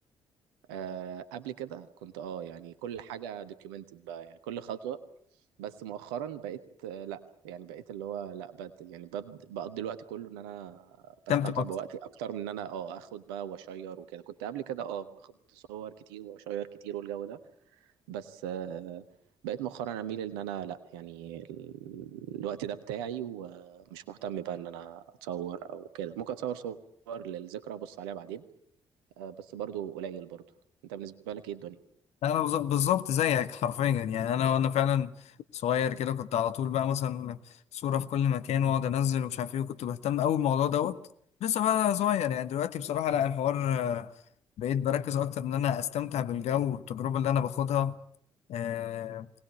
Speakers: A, on the right (about 70°); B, on the left (about 55°).
A: أه قبل كده كنت اه يعني كل حاجة دوكيومنتد بقى يعني كل خطوة بس مؤخرا بقيت آه، لا يعني بقيت اللي هو لا بد يعني بد بقضي الوقت كله ان انا
B: تمتع
A: بستمتع
B: اكتر
A: بوقتي اكتر من ان انا اه اخد بقى واشير وكده كنت قبل كده اه باخد صور كتير واشير كتير والجو ده بس آه، بقيت مؤخرا اميل ان انا لا يعني ال- الوقت ده بتاعي ومش مهتم بقى ان انا اتصور او كده ممكن اتصور صور للذكرى ابص عليها بعدين آه، بس برضو قليل برضو انت بالنسبة لك ايه الدنيا
B: انا بز- بالظبط زيك حرفيا يعني انا وانا فعلا صغير كده كنت على طول بقى مثلا صورة في كل مكان واقعد انزل ومش عارف ايه وكنت بهتم قوي بالموضوع دوت لسه بقى صغير يعني دلوقتي بصراحة لا الحوار آه، بقيت بركز اكتر ان انا استمتع بالجو والتجربة اللي انا باخدها آه،